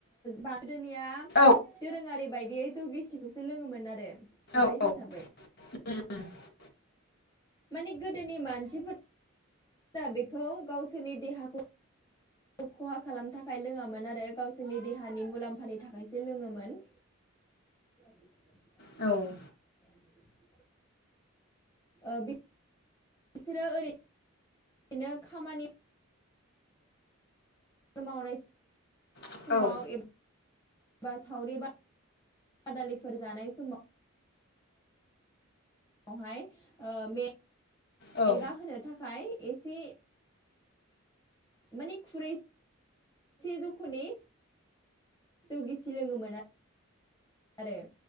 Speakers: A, on the left; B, on the left.
A: बदोनिया
B: औ
A: दोरोङारि बायदियै जौ गिसिखौसो लोङोमोन आरो बिदै
B: औ
A: हिसाबै
B: <unintelligible>
A: मानि गोदोनि मानसिफोर बेखौ गावसोरनि देहाखौ खौ खहा खालामनो थाखाय लोङामोन आरो गावसोरनि देहानि मुलाम्फानि थाखायसो लोङोमोन <inaudible>
B: औ
A: <inaudible> ओ बि बिसोरो ओरै बिदिनो खामानि मावनाय
B: औ
A: समाव एबा <unintelligible> बा सावरि बा बादालिफोर जानाय समाव आवहाय मेंगा
B: औ
A: होनो थाखाय एसे माने खुरैसे से जौख'नि जौ गिसि लोङोमोन आरोे